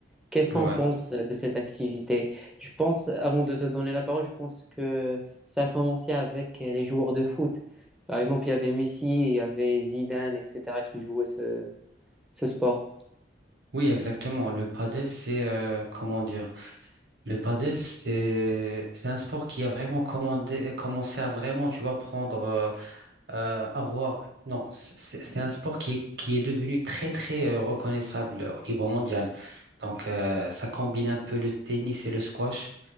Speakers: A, in the centre; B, on the right (about 75°).
A: Qu'est-ce que
B: ouais.
A: tu en penses de cette activité? Je pense, avant de te donner la parole, je pense que ça a commencé avec les joueurs de foot. Par exemple, il y avait Messi, il y avait Zidane, etc., qui jouaient ce, ce sport.
B: Oui, exactement. Le padel, c'est euh, comment dire? Le padel, c'est c'est un sport qui a vraiment commandé, commencé à vraiment, tu vois, prendre, euh, euh, avoir. Non, c'est c'est- c'est un sport qui est, qui est devenu très très euh, reconnaissable au niveau mondial. Donc, euh, ça combine un peu le tennis et le squash.